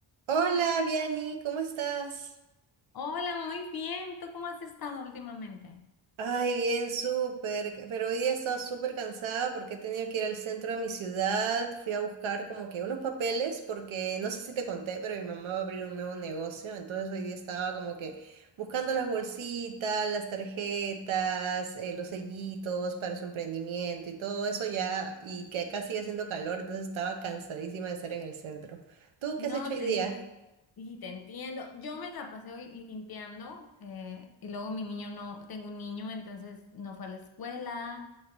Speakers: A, on the right; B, on the left.
A: Hola, Viani, ¿cómo estás?
B: Hola, muy bien. ¿Tú cómo has estado últimamente?
A: Ay, bien, súper. Pero hoy día he estado súper cansada porque he tenido que ir al centro de mi ciudad. Fui a buscar como que unos papeles porque no sé si te conté, pero mi mamá va a abrir un nuevo negocio. Entonces hoy día estaba como que buscando las bolsitas, las tarjetas, eh, los sellitos para su emprendimiento y todo eso ya. Y que acá sigue haciendo calor, entonces estaba cansadísima de estar en el centro. ¿Tú
B: No,
A: qué has hecho hoy
B: te,
A: día?
B: en- y te entiendo. Yo me la pasé hoy limpiando eh, y luego mi niño no, tengo un niño, entonces no fue a la escuela,